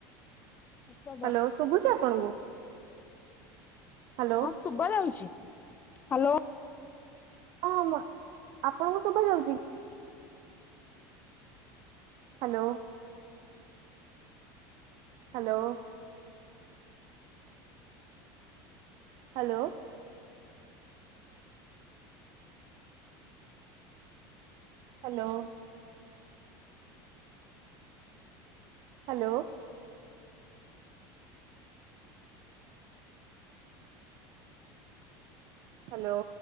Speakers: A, on the left; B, on the right.
A: <unintelligible>
B: <unintelligible> ଶୁଭୁଛି ଆପଣଙ୍କୁ? ହ୍ୟାଲୋ।
A: ହଁ ଶୁଭା ଯାଉଛି? ହ୍ୟାଲୋ।
B: ହଁଁ ଆପଣଙ୍କୁ ସୁଭା ଯାଉଛି କି? Hello. Hello. Hello. Hello. Hello. Hello.